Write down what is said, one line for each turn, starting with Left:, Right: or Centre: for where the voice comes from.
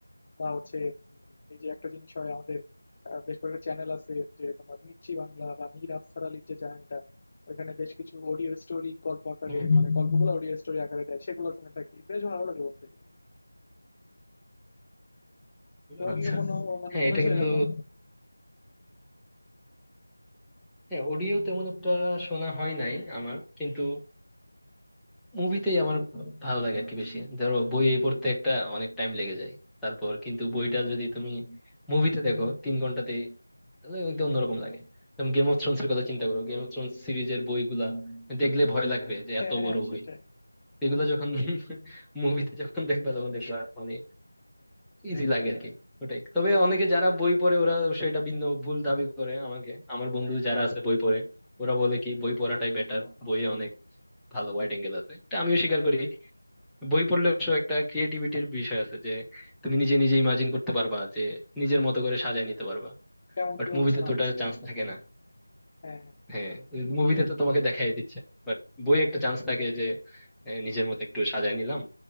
Left: বা হচ্ছে উম, এই যে একটা জিনিস হয় আমাদের আহ, বেশ কয়েকটা চ্যানেল আছে যে তোমার মির্চি বাংলা বা মীর আফসার আলীর যে চ্যানেলটা ওখানে বেশ কিছু অডিও স্টোরি গল্প আকারে
Centre: হুম হুম
Left: মানে
Centre: হুম।
Left: গল্পগুলো অডিও স্টোরি আকারে দেয় সেগুলো শুনে থাকি বেশ ভালো লাগে বলতে গেলে তুমি
Centre: আচ্ছা
Left: কি কখনো মানে
Centre: হ্যাঁ
Left: শুনেছো
Centre: এটা কিন্তু
Left: এরকম
Centre: হ্যাঁ অডিও তেমন একটা শোনা হয় নাই আমার কিন্তু মুভিতেই আমার ভালো লাগে আর কি বেশি ধরো বই এই পড়তে একটা অনেক টাইম লেগে যায় তারপর কিন্তু বইটা যদি তুমি মুভিতে দেখো তিন ঘন্টাতে তাহলে একটু অন্যরকম লাগে যেমন গেম অফ থ্রোনস এর কথা চিন্তা করো গেম অফ থ্রোনস সিরিজের বইগুলা দেখলে ভয় লাগবে যে
Left: হ্যাঁ
Centre: এত
Left: হ্যাঁ
Centre: বড়
Left: সেটাই
Centre: বই এগুলো যখন <laughs> মুভিতে যখন দেখবা তখন দেখবা মানে ইজি লাগে আর কি ওটাই তবে অনেকে যারা বই পড়ে ওরা সেটা ভিন্ন ভুল দাবি করে আমাকে আমার বন্ধু যারা আছে বই পড়ে ওরা বলে কি বই পড়াটাই বেটার বইয়ে অনেক ভালো ওয়াইড অ্যাঙ্গেল আছে এটা আমিও স্বীকার করি বই পড়লে অবশ্য একটা ক্রিয়েটিভিটির বিষয় আছে যে তুমি নিজে নিজে ইমাজিন করতে পারবা যে নিজের মতো করে সাজায় নিতে পারবা
Left: কেমন
Centre: বাট
Left: কি
Centre: মুভিতে
Left: হচ্ছে না
Centre: তো
Left: হচ্ছে
Centre: ওটার চান্স থাকে না
Left: হ্যাঁ হ্যাঁ
Centre: হ্যাঁ মুভিতে তো তোমাকে দেখাই দিচ্ছে বাট বই একটা চান্স থাকে যে এ, নিজের মতো একটু সাজায় নিলাম